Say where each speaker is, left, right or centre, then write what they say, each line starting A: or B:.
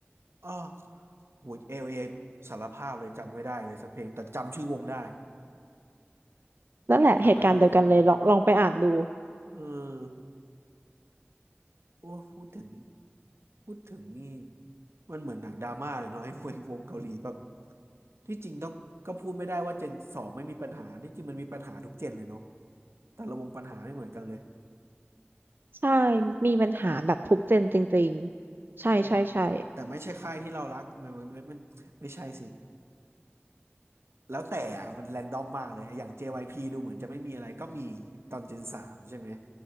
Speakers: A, on the right; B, on the right.
A: อ๋อหูเอลเอสารภาพเลยจำไม่ได้เลยสักเพลงแต่จำชื่อวงได้
B: นั่นแหละเหตุการณ์เดียวกันเลยลองลองไปอ่านดู
A: อันนี้จำไม่ได้เลย เออโอ้พูดถึงพูดถึงนี่ มันเหมือนหนังดราม่าเลยเนาะไอ้วงวงเกาหลีแบบที่จริงต้องก็พูดไม่ได้ว่าเจนสองไม่มีปัญหา ที่จริงมันมีปัญหาทุกเจนเลยเนาะแต่ละวงปัญหาไม่เหมือนกันเลย
B: ใช่มีปัญหาแบบทุกเจนจริงๆใช่ใช่ใช่
A: อืมอืมแต่ไม่ใช่ค่ายที่เรารักมันมันมันไม่ใช่สิ แล้วแต่มันแรนดอมมากเลยอย่าง JYP ดูเหมือนจะไม่มีอะไรก็มีตอน Gen 3ใช่ไหม